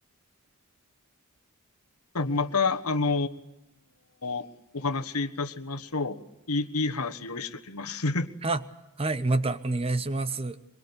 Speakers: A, on the left; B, on the right.
A: また、あのーお話しいたしましょう。いい、いい話用意しときます。
B: あ、はい、またお願いします。